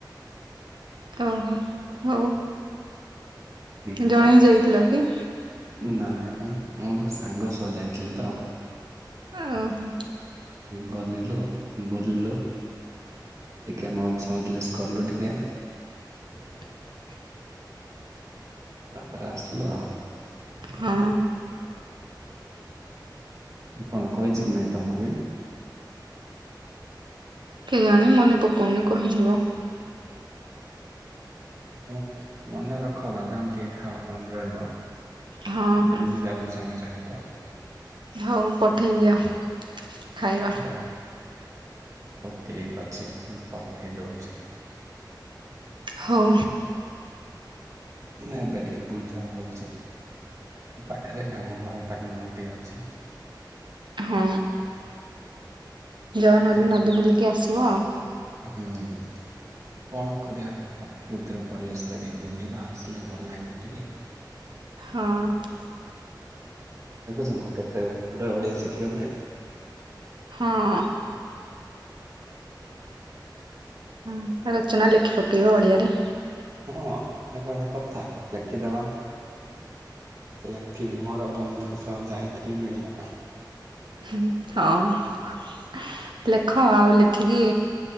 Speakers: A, on the right; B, on the right.
A: ଓହୋ। ହଉ।
B: ନା
A: ଜଣେଇ ଯାଇଥିଲ କି?
B: ନାଇଁ ମୁଁ ଗୋଟେ ସାଙ୍ଗ ସହ ଯାଇଥିଲି ତ।
A: ଓହୋ।
B: ଗଲିଲୋ ବୋଲିଲୁ। ଟିକେ ମଉଜ ମଜଲିସ୍ କଲୁ ଟିକେ।
A: <inaudible>
B: ତାପରେ ଆସିଲୁ ଆଉ।
A: ହଁ।
B: ମୁଁ କଣ କହିଛି କି ନାଇଁ ତମକୁ ବି।
A: କେୟାଣି ମନେ ପକଉନି କହିଥିବ।
B: ଓ ମନେ ରଖ ବାଦାମ ଟିକେ ଖାଅ ମନେ ରହିବ।
A: ହଁ
B: ଭୁଲି
A: ହଁ
B: ଯାଉଛ ସାଙ୍ଗେ ସାଙ୍ଗେ ତ।
A: ହଉ ପଠେଇ ଦିଅ ଖାଇବା।
B: ହଉ ହଉ ଠିକ ଅଛି ମୁଁ ପଠେଇ ଦଉଛି।
A: ହଉ।
B: ନା ଏବେ ଟିକେ ବୁଲଯା ହଉଛି। ପାଖରେ ଆମ ଘର ପାଖରେ ନଦୀ ଅଛି।
A: ହଁ ଯାଅ ନହେଲେ
B: ସେ
A: ନଦୀ ବୁଲିକି ଆସିବ।
B: ହୁଁ। ଆଉ କଣ କରିବା ପ୍ରକୃତିର ପରିବେଶରେ ଟିକେ ବୁଲିବା, ଆସିଲେ ଭଲ ଲାଗିବ ଟିକେ।
A: ହଁ।
B: ଦେଖୁଛ ମୁଁ କେତେ ଭଲରେ ଓଡ଼ିଆ ଶିଖିଗଲିଣି।
A: ହଁ। ହଁ ରଚନା ଲେଖି ପକେଇବ ଓଡିଆରେ।
B: ହଁ ଏଟା ଗୋଟେ କଥା ଲେଖିଦବା। ଲେଖିବି ମୋର ବନ୍ଧୁ ସହ ଯାଇଥିଲି ମିଣିବା।
A: ହୁଁ ହଁ। ଲେଖ ଆଉ ଲେଖିକି